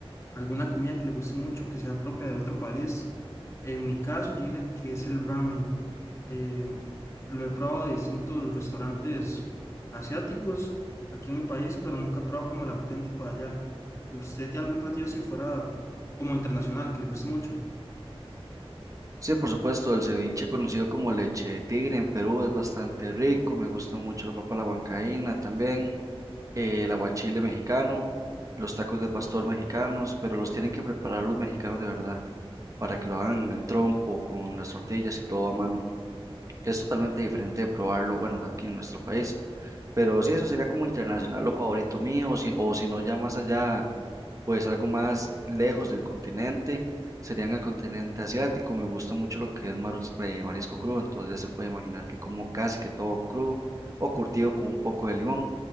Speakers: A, on the left; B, on the right.
A: alguna comida que le guste mucho, que sea propia de otro país. En mi caso, yo diría que es el ramen. Em, lo he probado de distintos restaurantes asiáticos aquí en mi país, pero nunca he probado como el auténtico de allá. ¿Usted tiene algún platillo así fuera como internacional que le guste mucho?
B: Sí, por supuesto, el ceviche conocido como leche de tigre en Perú es bastante rico, me gusta mucho la papa a la huancaína también. eh, el aguachile mexicano, los tacos de pastor mexicanos, pero los tienen que preparar los mexicanos de verdad para que lo hagan en el trompo, con las tortillas y todo a mano. Es totalmente diferente de probarlo, bueno, aquí en nuestro país. Pero sí, eso sería como internacional lo favorito mío, o si, o si no, ya más allá pues algo más lejos del continente, serían el continente asiático. Me gusta mucho lo que es mar- eh, marisco crudo, entonces ya se puede imaginar que como casi que todo crudo o curtido con un poco de limón.